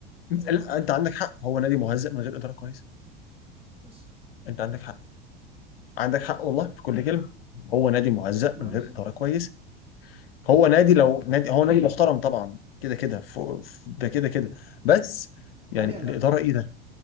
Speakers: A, on the left; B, on the right.
A: انت- لا انت عندك حق هو نادي مهزأ من غير اداره كويسه
B: بس
A: انت عندك حق عندك حق والله في كل كلمه هو نادي مهزأ
B: ما
A: من غير
B: بالظبط
A: اداره كويسه هو نادي لو نادي هو نادي محترم طبعا كده كده فوق- ف- ده كده كده بس يعني
B: حاليا لا
A: الاداره ايه ده؟